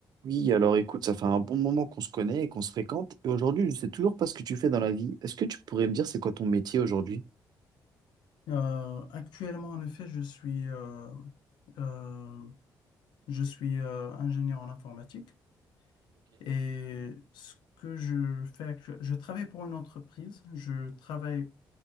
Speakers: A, on the right; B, on the left.
A: Oui, alors écoute, ça fait un bon moment qu'on se connaît et qu'on se fréquente, et aujourd'hui, je sais toujours pas ce que tu fais dans la vie. Est-ce que tu pourrais me dire c'est quoi ton métier aujourd'hui?
B: Euh, actuellement, en effet, je suis, euh, euh, je suis euh, ingénieur en informatique et ce que je fais actuellement, je travaille pour une entreprise, je travaille